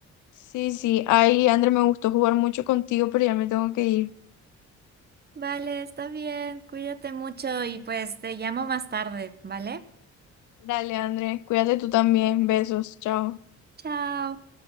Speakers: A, on the left; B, on the right.
A: sí, sí. Ay, André, me gustó jugar mucho contigo, pero ya me tengo que ir.
B: Vale, está bien. Cuídate mucho y pues te llamo más tarde, ¿vale?
A: Dale, André, cuídate tú también. Besos, chao.
B: Chao.